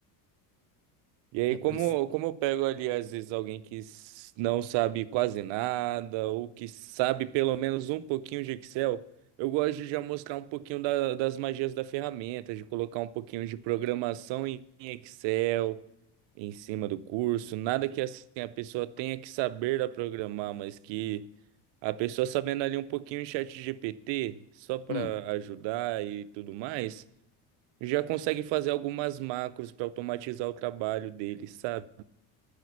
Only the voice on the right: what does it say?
e aí,
como,
como eu pego ali, às vezes, alguém que s- não sabe quase nada, ou que sabe pelo menos um pouquinho de Excel, eu gosto de já mostrar um pouquinho da- das magias da ferramenta, de colocar um pouquinho de programação em em Excel, em cima do curso. Nada que assim a pessoa tenha que saber a programar, mas que a pessoa sabendo ali um pouquinho em chat GPT, só para
ajudar e tudo mais já consegue fazer algumas macros para automatizar o trabalho dele, sabe?